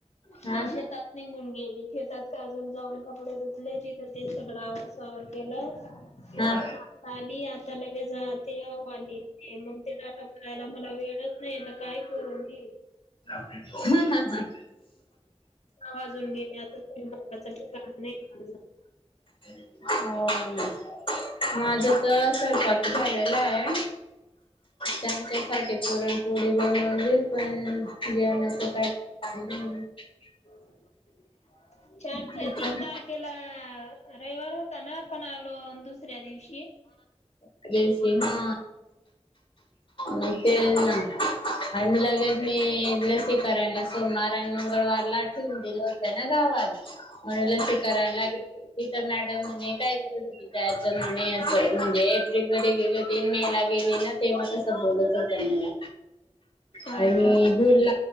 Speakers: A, on the left; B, on the left.
A: हा
B: आणि शेतात निघून गेले. घेतात का? अजून जाऊन कपडे धुतले तिथं ते सगळं आवरसावर केलं
A: हा
B: सा ली आता लगेच ते ह आली ते मग ते डाटा करायला मला वेळच नाही तर काय करून मी
A: हम् हा हा.
B: आ वाजून गेले अजून स्वयंपाकाच ठिकाण नाही <inaudible>
A: हो माझं तर सरकारच झालेलं हाय. त्यांच्यासाठी पुरणपोळी बनवली पण ह जेवणाचं काय <unintelligible>
B: <inaudible> चार
A: ते
B: तर तीन
A: पण
B: चपा केेला रविवार होता ना? आपण आलो दुसऱ्या दिवशी
A: <unintelligible> ना न तेल ना अन लगेच मी लसी करायला सोमवार आणि मंगळवारला दिलं होत ना गावात म्हणून लसी करायला इथं मॅडम म्हणे ते <inaudible> जायचं म्हणे असं म्हणजे एप्रिल मध्ये गेले होती मे ला गेली ना तेव्हा तस स बोलत होत्या मला
B: हा
A: आणि मी
B: का
A: धूर ला